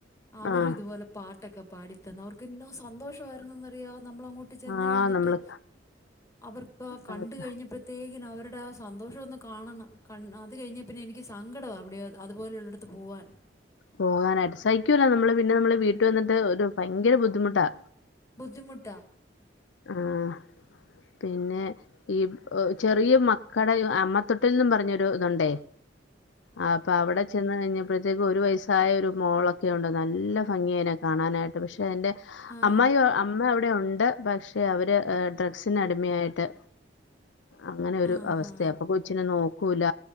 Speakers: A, on the left; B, on the left.
A: അവരും
B: ആഹ്
A: ഇതുപോലെ പാട്ടൊക്കെ പാടിത്ത തന്ന് അവർക്ക് ഇന്നോ സന്തോഷമായിരുന്നുന്നറിയോ നമ്മളങ്ങോട്ട് ട്ട് ചെന്ന്
B: ആഹ്
A: കഴിഞ്ഞിട്ട്
B: നമ്മള്
A: അവർ കണ്ട്
B: അതൊക്കെ
A: കഴി ഞ്ഞപ്പഴത്തേകിനും അവരുടെ ആ സന്തോഷം ഒന്ന് കാണണം ക അത് കഴിഞ് പിന്നെ എനിക്ക് സങ്കടമാ അവിടെയോ അതുപോലെുള്ളട്ത്ത് പോവാൻ
B: പോകാനായിട്ട് സഹിക്കുല്ല നമ്മള് പിന്നെ വീട്ടു വന്നിട്ട് ഒരു ഭയങ്കര ബുദ്ധിമുട്ടാ
A: ബുദ്ധിമുട്ടാ
B: ആഹ് പിന്നെ ഈ ചെറിയ മക്കട അമ്മത്തൊട്ടിൽ നിന്നും പറഞ്ഞൊരു ഇതുണ്ടേ ആ അപ്പ അവിടെ ചെന്ന കഴിഞ്ഞപ്പോഴത്തേക്കും ഒരു വയസ്സായ ഒരു മോളൊക്കെ ഉണ്ട് നല്ല ഭംഗിയേനൊക്കെ കാണാനായിട്ട് പക്ഷെ അന്റെ
A: ആ
B: അമ് അമ്മ അവിടെ ഉണ്ട് പക്ഷെ അവര് ഡ്രഗ്സ് കൊച്ചടിമയായിട്ട് അങ്ങനെ ഒരു
A: ആ
B: അവസ്ഥയ
A: ആ
B: അപ്പൊ കൊ അനെ നോക്കൂല